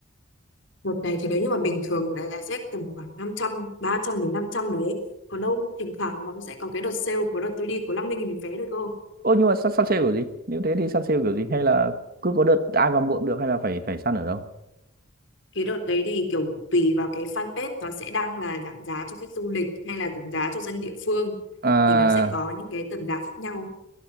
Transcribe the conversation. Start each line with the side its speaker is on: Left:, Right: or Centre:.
Left: đợt này thì nếu như mà bình thường là là sẽ tầm khoảng năm trăm ba trăm đến 500 đấy còn đâu thỉnh thoảng nó sẽ có cái đợt sale của đợt tôi đi có 50.000 vé thôi cơ
Right: Ô nhưng mà săn, săn sale kiểu gì? Nếu thế thì săn sale kiểu gì? Hay là cứ có đợt ai vào mua cũng được hay là phải phải săn ở đâu?
Left: cái đợt đấy thì kiểu tùy vào cái fanpage nó sẽ đăng là giảm giá cho khách du lịch hay là giảm giá cho dân địa phương
Right: À,
Left: thì nó sẽ có những cái tầm giá khác nhau